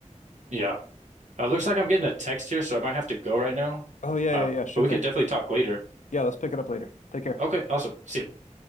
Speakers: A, on the right; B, on the left.
A: yeah, uh, looks like I'm getting a text here, so I might have to go right now.
B: Oh yeah,
A: Uh,
B: yeah, yeah. Sure
A: but we
B: thing.
A: could definitely talk later.
B: Yeah, let's pick it up later. Take care.
A: Okay. Awesome. See ya.